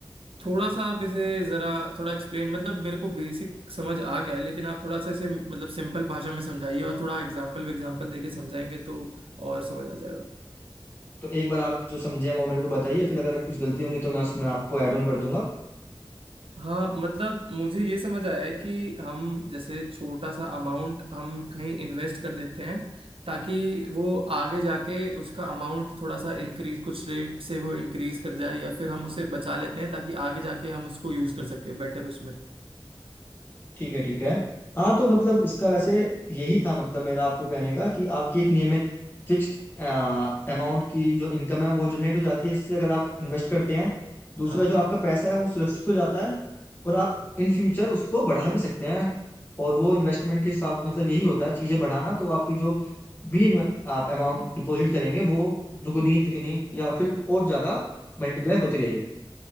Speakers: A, on the right; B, on the left.
A: थोड़ा सा आप इसे जरा थोड़ा एक्सप्लेन मतलब मेरे को बेसिक समझ आ गया है लेकिन आप थोड़ा सा इसे मतलब सिंपल भाषा में समझाइए और थोड़ा एग्जाम्पल एग्जाम्पल देके समझाएंगे तो और समझ आ जाएगा
B: तो एक बार आप जो समझे हैं वो मेरे को बताइए फिर अगर कुछ गलती होंगी तो मैं उसमें आपको ऐड ऑन कर दूंगा
A: हाँ मतलब मुझे ये समझ आया है कि हम जैसे छोटा सा अमाउंट हम कहीं इन्वेस्ट कर देते हैं ताकि वो आगे जाके उसका अमाउंट थोड़ा सा इंक्रीज कुछ रेट से वो इंक्रीज कर जाए या फिर हम उसे बचा लेते हैं ताकि आगे जाके हम उसको यूज कर सकें बेटर उसमें
B: ठीक है ठीक है हाँ तो मतलब इसका वैसे यही था मतलब मेरा आपको कहने का कि आपकी एक नियमित फिक्स्ड अमाउंट की जो इनकम है वो जनरेट हो जाती है इससे अगर आप इन्वेस्ट करते हैं दूसरा
A: हाँ
B: जो आपका पैसा है वो सुरक्षित हो जाता है और आप इन फ्यूचर उसको बढ़ा भी सकते हैं और वो इन्वेस्टमेंट के साथ मतलब यही होता है चीजें बढ़ाना तो आपकी जो भी इन्वे- आप अमाउंट डिपॉजिट करेंगे वो दुगुनी तिगुनी या फिर और ज्यादा मल्टीप्लाई होती रहेगी